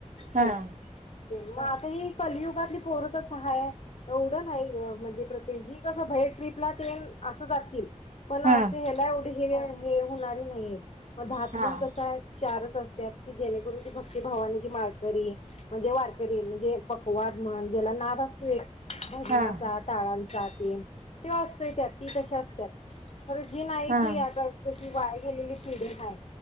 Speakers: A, on the right; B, on the left.
A: हां
B: ते ते म आताच ही कलियुग युगातली पोर कसं सा आहे एवढ नाही. बघ प्रत्ये ही कस बाहेर ट्रीपला तेन असं जातील पण
A: हां
B: अशी ह्याला एवढी हे हे होणार नाहीयेत मग दहातली
A: हां
B: कसय चारच असत्यात की जेणेकरूनी भक्तीभवाना जी माारकरी म्हणजे वारकरी म्हणजे पकवाद म्हण ज्याला नाद असत्यो एक भजनाचा
A: हां
B: टाळांचा तेन त्यो अस तोय त्यात ती तशी असत्यात खरं जी नाही
A: हां
B: ती आता काशी वाया गेलेली पिढी हाय